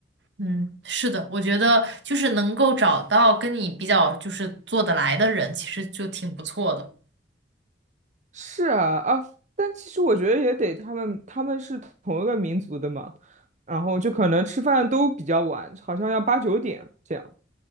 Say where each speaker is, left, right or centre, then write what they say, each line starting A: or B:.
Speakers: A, on the right; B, on the right.
A: 嗯，是的，我觉得就是能够找到跟你比较就是做得来的人，其实就挺不错的。
B: 是啊啊，但其实我觉得也得他们他们是同一个民族的嘛，然后就可能吃饭都比较晚，好像要八九点这样。